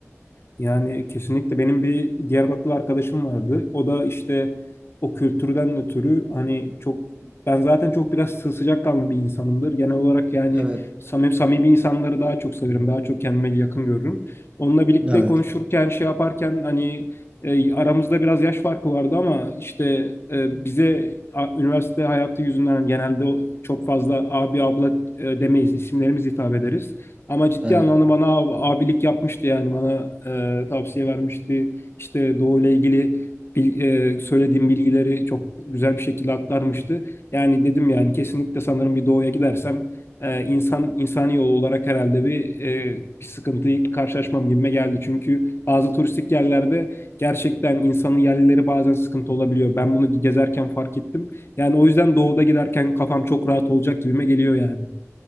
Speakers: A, on the left; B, on the right.
A: Yani kesinlikle benim bir Diyarbakırlı arkadaşım vardı. O da işte o kültürden ötürü hani çok ben zaten çok biraz sı- sıcakkanlı bir insanımdır. Genel olarak yani
B: Evet,
A: samimi, samimi insanları daha çok severim. Daha çok kendime yakın görürüm. Onunla birlikte
B: evet,
A: konuşurken şey yaparken hani e, aramızda biraz yaş farkı vardı ama işte e, bize a- üniversite hayatı yüzünden genelde o- çok fazla abi abla e, demeyiz. isimlerimiz hitap ederiz. Ama ciddi
B: evet.
A: anlamda bana ab- abilik yapmıştı yani bana e, tavsiye vermişti. İşte Doğu ile ilgili bil- e, söylediğim bilgileri çok güzel bir şekilde aktarmıştı. Yani dedim yani kesinlikle sanırım bir Doğu'ya gidersem e, insan insani yol olarak herhalde bir e, bir sıkıntıyı karşılaşmam gibime geldi. Çünkü bazı turistik yerlerde gerçekten insanın yerlileri bazen sıkıntı olabiliyor. Ben bunu gezerken fark ettim. Yani o yüzden doğuda giderken kafam çok rahat olacak gibime geliyor yani.